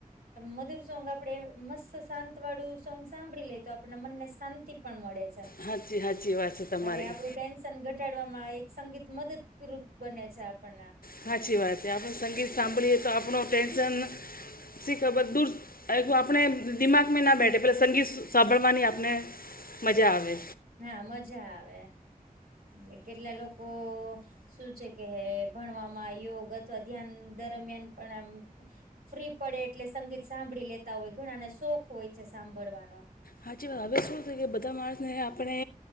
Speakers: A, on the right; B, on the left.
A: મધુર સોંગ આપડે મસ્ત શાંત વાળું સોંગ સાંભળી લેય તો આપડા મનને શાંતિ પણ મળે છે
B: સાચી સાચી વાત છે તમારી
A: અને આપડું ટેન્શન ઘટાડવામાં એક સંગીત મદદરૂપ બને છે આપણને
B: સાચી વાત છે આપડે સંગીત સાંભળીએ તો આપણું ટેન્શન શીખબર દૂર આપણે દિમાગમાં ના બેઠે પલે સંગીત સાંભળવાની આપને મજા આવે
A: હા મજા આવે એ કેટલા લોકો શું છે કે ભણવામાં યોગ અથવા ધ્યાન દરમિયાન પણ આમ ફ્રી પડે એટલે સંગીત સાંભળી લેતા હોય ઘણાને શોખ હોય છે સાંભળવાનો
B: હાચી વાત હવે શું થઈ કે બધા માણસને આપણે